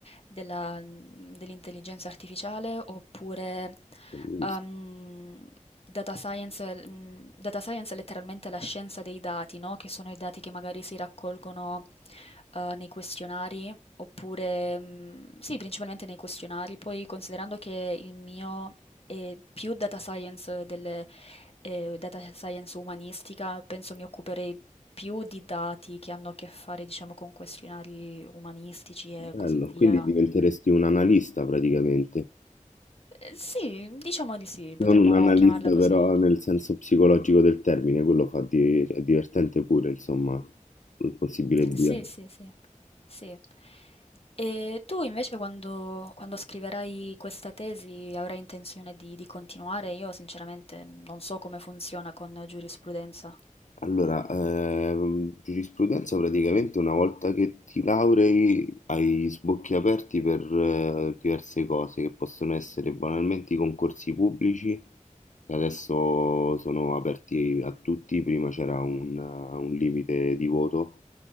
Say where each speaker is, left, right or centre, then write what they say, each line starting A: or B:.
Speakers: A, on the left; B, on the left.
A: della- dell'intelligenza artificiale oppure
B: Mhm.
A: ehm, data science, mm, data science è letteralmente la scienza dei dati, no? Che sono i dati che magari si raccolgono eh, nei questionari Oppure, mm, sì, principalmente nei questionari. Poi, considerando che il mio è più data science delle, eh, data science umanistica, penso mi occuperei più di dati che hanno a che fare, diciamo, con questionari umanistici e
B: Bello,
A: così via.
B: quindi diventeresti un analista praticamente.
A: Eh, sì, diciamo di sì, potremmo
B: Non un analista
A: chiamarla così.
B: però nel senso psicologico del termine, quello fa di- è divertente pure, insomma, il possibile via.
A: Sì, sì, sì, sì. E tu invece quando, quando scriverai questa tesi avrai intenzione di, di continuare? Io sinceramente non so come funziona con giurisprudenza.
B: Allora, ehm, giurisprudenza praticamente una volta che ti laurei hai sbocchi aperti per eh, diverse cose che possono essere banalmente i concorsi pubblici, che adesso sono aperti a tutti, prima c'era un, un limite di voto,